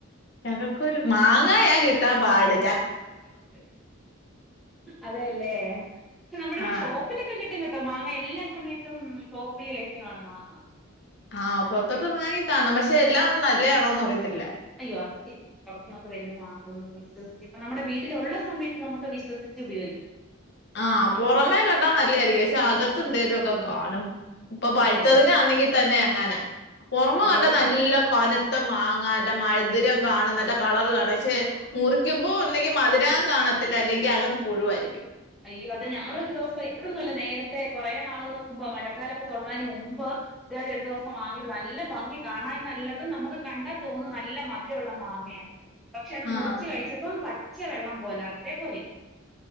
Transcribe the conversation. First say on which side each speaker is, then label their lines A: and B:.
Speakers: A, on the left; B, in the centre.
A: ചകക്കുരു മാങ്ങായാ കിട്ടാൻപാട്
B: ചക്ക അതെല്ലേ പക്ഷെ നമ്മുടെ ഇവിടെ
A: ആഹ്
B: ഷോപ്പ് ലൊക്കെ കിട്ടും കെട്ടോ മാങ്ങ എല്ലാസമയത്തും ഷോപ്പില് ലഭ്യമാണ് മാങ്ങ
A: ആഹ് പുറത്തോട്ട് ഇറങ്ങാങ്കി കാണും പക്ഷെ എല്ലാം ഒന്നു നല്ലയാണോന്ന് അറിയത്തില്ല
B: അയ്യോ അത് ശരിയാ പുറത്തുന്നൊക്കെ വരുന്നു മാങ്ങന്നു വിശ്വസ്ച്ച് ഇപ്പ നമ്മുടെ വീട്ടിലുള്ള സമയത്ത് നമുക്ക് വിശ്യസിച്ച് ഉപയോഗിക്കാം <inaudible>
A: ആഹ് പുറമേ കണ്ടാ നല്ലതായിരിക്കും പക്ഷെ അകത്ത് എന്തേലും
B: ആഹ്
A: ഒക്കെ കാണും ഇപ്പൊ പഴുത്തതിനാന്നെങ്കിതന്നെ
B: അതെ അതെ
A: അങ്ങനെ പുറമ
B: അയ്യോ
A: കണ്ട
B: ഇവിടെ
A: നല്ല കൊനത്ത മാങ്ങ നല്ല മഴധുര്യം കാണും നല്ല കളറ് കാണ പക്ഷെ മുറിക്കുമ്പോ ഒന്നെങ്കി മധുരാ കാണത്തില്ല അല്ലെങ്കിൽ അകത്ത് പുഴുവായിരിക്കും
B: അയ്യോ അതെ ഞങ്ങളൊരു ദിവസം ഇപ്പയൊന്നും അല്ല നേര ത്തേ കൊറേ നാളുകൾ മുമ്പ് മഴക്കാലൊക്കെ തുടങ്ങാൻ മുമ്പ് ഇതത് ഒരു ദിവസം വാങ്ങീട്ട് നല്ല ഭംഗി കാണാൻ നല്ലതും നമുക്ക് കണ്ടാൽ തോന്നു നല്ല മധുരള്ള മാങ്ങയാണ് പക്ഷെ അത് മുറിച്ച്
A: ആഹ്
B: കഴിച്ചപ്പം പച്ചവെള്ളം പോലെ അതേപോലെനി